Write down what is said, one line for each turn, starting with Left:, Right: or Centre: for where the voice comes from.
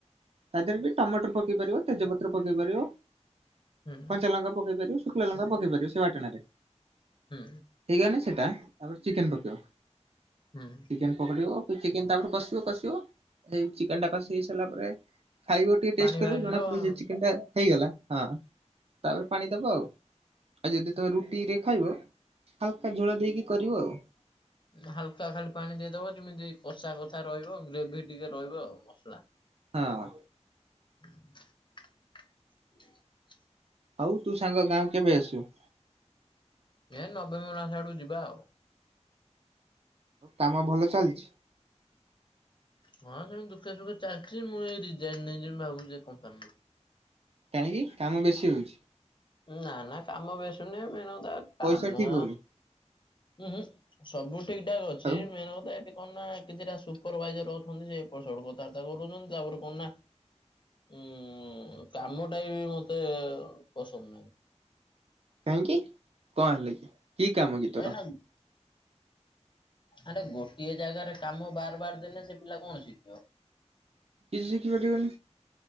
Right: ତା ଦେହରେ ବି ଟମାଟର ପକେଇ ପାରିବ ତେଜପତ୍ର ପକେଇ ପାରିବ
Left: ହୁଁ ହୁଁ
Right: କଞ୍ଚାଲଙ୍କା ପକେଇ ପାରିବ। ଶୁଖିଲା ଲଙ୍କା ପକେଇପାରିବ ସେ ବାଟଣରେ
Left: ହୁଁ।
Right: ହେଇଗନେ ସେଟା ତାପରେ ଚିକେନ ପକେଇବ।
Left: ହୁଁ
Right: ଚିକେନ ପଡିବ କୁ ଚିକେନ ତାପରେ କଷିବ କଷିବ ହେଇ ଚିକେନ ଟା କଷି ହେଇ ସାରିଲା ପରେ ଖାଇବ ଟିକେ
Left: ପାଣି
Right: ଟେଷ୍ଟ କରିବୁ
Left: ବାହାରିଯିବ
Right: ଜଣାପଡିବ
Left: ହଁ।
Right: ଯେ ଚିକେନ ଟା ହେଇଗଲା ହଁ ତାପରେ ପାଣି ଦବ ଆଉ। ଆଉ ଯଦି ତମେ ରୁଟିରେ ଖାଇବ ହାଲକା ଝୋଳ ଦେଇକି କରିବ ଆଉ।
Left: ହାଲକା ଖାଲି ପାଣି ଦେଇଦବ ଯେମିତି କଷା କଷା ରହିବ ଗ୍ରେଭି ଟିକେ ରହିବ ଆ ମସଲା।
Right: ହଁ।
Left: <inaudible>
Right: ହଉ ତୁ ସାଙ୍ଗ ଗାଁକୁ କେବେ ଆସିବୁ?
Left: ଏ ନଭେମ୍ବର ମାସ ଆଡକୁ ଯିବା ଆଉ।
Right: କାମ ଭଲ ଚାଲିଛି?
Left: ହଁ ସେମିତି ଦୁଖେ ସୁଖେ ଚାଲିଛି ମୁଁ ଏଇ ରିଜାଇନ ନେଇଯିବି ଭାବୁଛି ଏ କମ୍ପାନୀରୁୁ।
Right: କାହିଁକି କାମ ବେଶୀ ହଉଛି?
Left: ନା ନା କାମ ବେସି ନୁହଁ ମେନ୍ କଥା
Right: ଆଉ ପଇସା
Left: କାମ
Right: ଠିକ ହଉନି
Left: ଉୁଁ ହୁଁ ସବୁ ଠିକ ଠାକ୍ ଅଛି।
Right: ଆଉ
Left: ମେନ କଥା ଏ ସେ କଣ ନା କିଛିଟା ସୁପରଭାଇଜର ଅଛନ୍ତି ସେ ଏପଟ ସେପଟ କଥାବାର୍ତ୍ତା କରୁଛନ୍ତି ତାପରେ କଣ ନା ଉଁ କାମ ଟା ବି ମତେ ପସନ୍ଦ ନାହିଁ।
Right: କାହିଁକି କଣ ହେଲା କି କି କାମ କି
Left: କାହିଁକି
Right: ତୋର?
Left: ନା ଆରେ ଗୋଟିଏ ଜାଗାରେ କାମ ବାର ବାର ଦେଲେ ସେ ପିଲା କଣ ଶିଖିବ?
Right: କିଛି ସିଖିପରିବନିଁ।